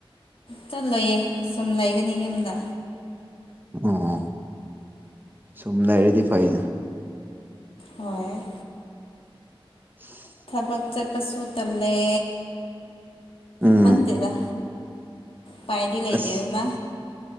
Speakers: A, on the left; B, on the right.
A: ꯆ ꯂꯣꯏꯌꯦ ꯁꯨꯝ ꯂꯩꯒꯅꯤ ꯌꯨꯝꯗ
B: ꯑꯣ ꯁꯨꯝ ꯂꯩꯔꯗꯤ ꯐꯩꯅ
A: ꯍꯣꯏ
B: <unintelligible>
A: ꯕꯛ ꯆꯠꯄꯁꯨ ꯇꯜꯂꯦ
B: ꯎꯝ
A: ꯈꯪꯗꯦꯗ ꯄꯥꯏꯗꯤ ꯂꯩꯇꯦꯗꯅ
B: ꯑꯁ